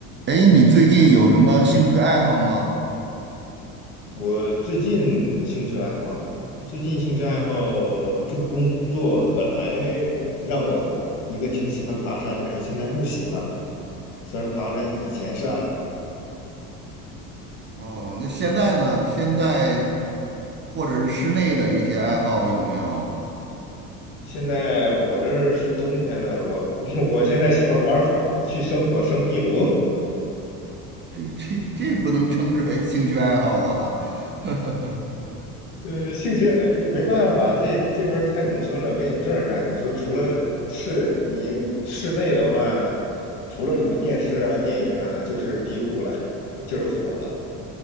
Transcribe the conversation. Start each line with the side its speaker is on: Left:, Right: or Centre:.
Right: 哎，你最近有什么兴趣爱好吗？
Left: 我最近兴趣爱好啊，最近兴趣爱好这个工作本来让我一个挺喜欢爬山的人，现在不喜欢了。虽然爬山以前是爱好，
Right: 哦，那现在呢？现在或者是室内的一些爱好有没有？
Left: 现在我这儿是冬天了，我 <laughs> 我现在喜欢玩火，去生火生壁炉。
Right: 这这这不能称之为兴趣爱好吧？<laughs>
Left: 呃，兴趣呃你没办法，这这边儿太农村了，没什么事儿干。你说除了室你室内的话，除了什么电视啊、电影啊，就是壁炉了，<laughs> 就是火了。